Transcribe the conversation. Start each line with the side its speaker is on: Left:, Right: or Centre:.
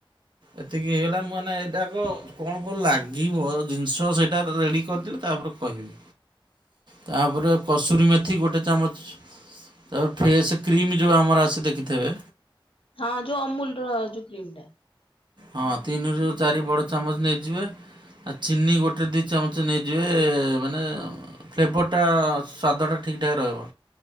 Right: ଏତିକି ହେଇଗଲା ମାନେ ଏଇଟାକ କଣ କଣ ଲାଗିବ ଜିନିଷ ସେଇଟା ରେଡ଼ି କରିଦେଲେ ତାପରେ କହିବି ତାପରେ କସୁରୀ ମେଥି ଗୋଟେ ଚାମଚ ତାପରେ ଫେସ୍ କ୍ରିମ୍ ଯେଉଁ ଆମର ଆସି ଦେଖିଥିବେ।
Left: ହଁ ଯୋଉ ଅମୁଲ ର ଯୋଉ କ୍ରିମ ଟା।
Right: ହଁ ତିନିରୁ ଚାରି ବଡ଼ ଚାମଚ ନେଇଯିବେ। ଆଉ ଚିନି ଗୋଟେ ଦୁଇ ଚାମଚ ନେଇଯିବେ ମାନେ ଫ୍ଲେଭରଟା ସ୍ୱାଦଟା ଠିକ୍ଠାକ୍ ରହିବ।